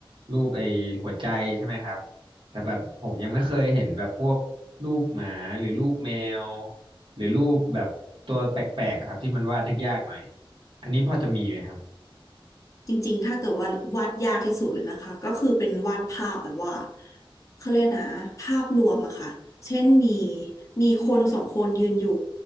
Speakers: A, on the right; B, on the left.
A: รูปไอ้หัวใจใช่ไหมครับแต่แบบผมยังไม่เคยเห็นแบบพวกรูปหมาหรือรูปแมวหรือรูปแบบตัวแปลกๆอะครับที่มันวาดยากๆหน่อยอันนี้พอจะมีไหมครับ
B: จริงๆถ้าเกิดว่าวาดยากที่สุดเลยนะคะก็คือเป็นวาดภาพแบบว่าเขาเรียกนะภาพรวมอะค่ะเช่นมีมีคนสองคนยืนอยู่